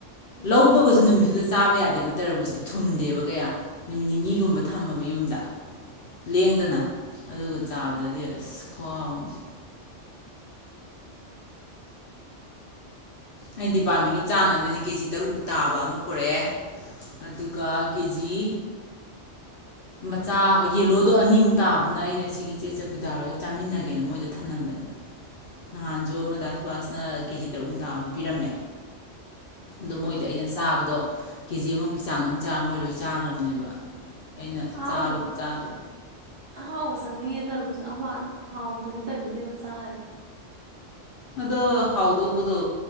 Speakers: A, on the right; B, on the left.
A: ꯎꯝ
B: ꯂꯧꯕꯒꯁꯨ ꯅꯨꯃꯤꯠꯇꯨꯗ ꯆꯥꯕ ꯌꯥꯗꯦꯕ ꯇꯔꯕꯨꯁꯇꯤ ꯊꯨꯝꯗꯦꯕ ꯀꯌꯥ ꯅꯨꯃꯤꯠ ꯅꯤꯅꯤꯒꯨꯝꯕ ꯊꯝꯃꯕ ꯌꯨꯝꯗ ꯂꯦꯡꯗꯅ
A: ꯎꯝ
B: ꯑꯗꯨꯒ
A: ꯎꯝ
B: ꯆꯥꯕꯗꯗꯤ ꯏꯁ ꯈꯨꯍꯥꯎ ꯑꯃꯅꯤ ꯑꯩꯅ ꯗꯤꯄꯥꯔꯠꯃꯦꯟꯒꯤ ꯆꯥꯅꯕꯅꯦꯅ ꯀꯦ ꯖꯤ ꯇꯔꯨꯛꯃꯨꯛ ꯇꯥꯕ ꯑꯃ ꯄꯨꯔꯛꯑꯦ ꯑꯗꯨꯒ ꯀꯦ ꯖꯤ ꯃꯆꯥ ꯌꯦꯂꯣꯗꯣ ꯑꯅꯤꯃꯨꯛ ꯇꯥꯕꯗꯨꯅ ꯑꯩꯅ ꯁꯤꯒꯤ ꯏꯆꯦ ꯆꯥꯎꯀꯤꯗꯥꯔ ꯈꯣꯏꯒꯥ ꯆꯥꯃꯤꯟꯅꯒꯦꯅ ꯃꯣꯏꯗ ꯊꯝꯂꯝꯕꯅꯦ ꯅꯍꯥꯟꯁꯨ ꯑꯃ ꯗꯥ ꯁꯋꯥꯁꯅ ꯀꯦꯖꯤ ꯇꯔꯨꯛꯃꯨꯛ ꯇꯥꯕ ꯑꯃ ꯄꯤꯔꯝꯃꯦ ꯑꯗꯣ
A: ꯍꯣꯏꯁ
B: ꯃꯣꯏꯗ ꯑꯩꯅ ꯆꯥꯕꯗꯣ ꯀꯦꯖꯤ ꯑꯃꯃꯨꯛꯀꯤ ꯆꯥꯡꯗꯪ ꯆꯥꯔꯝꯃꯒ ꯃꯣꯏ ꯂꯣꯏ ꯆꯥꯈ꯭ꯔꯕꯅꯦꯕ ꯑꯩꯅꯥ
A: ꯑꯍꯥꯎꯕ
B: ꯆꯥꯔꯨ ꯆꯥꯗꯕ
A: ꯑꯍꯥꯎꯕ ꯆꯥꯅꯤꯡꯉꯦ ꯇꯔꯕꯨꯁ ꯑꯃ ꯍꯥꯎꯇ꯭ꯔꯗꯤ ꯇꯜꯂꯤꯅꯦ ꯑꯃ ꯆꯥꯌ
B: ꯑꯗꯣ ꯍꯥꯎꯗꯣꯕꯗꯨ